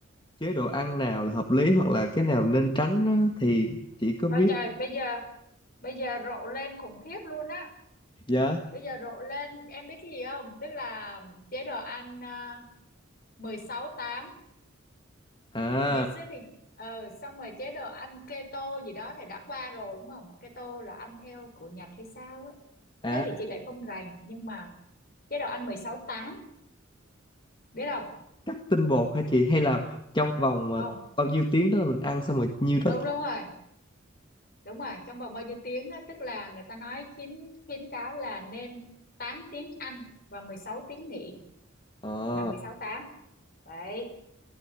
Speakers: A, on the left; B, on the left.
A: chế độ ăn nào là hợp lý hoặc là cái nào nên tránh á, thì chị có
B: ôi
A: biết
B: trời bây giờ bây giờ rộ lên khủng khiếp luôn á
A: dạ
B: bây giờ rộ lên em biết cái gì không tức là chế độ ăn uh, mười sáu tám
A: à
B: ngày xưa thì ờ xong rồi chế độ ăn keto gì đó thì đã qua rồi đúng không keto là ăn theo của Nhật hay sao á
A: à
B: cái đó thì chị lại không rành nhưng mà chế độ ăn mười sáu tám biết không
A: cắt tinh bột hả chị hay là trong vòng ờ,
B: không
A: bao nhiêu tiếng đó là mình ăn xong rồi nhiêu
B: đúng
A: đó
B: đúng rồi đúng rồi trong vòng bao nhiêu tiếng á tức là người ta nói khuyến khuyến cáo là nên 8 tiếng ăn và 16 tiếng nghỉ
A: ờ
B: là 16 8 đấy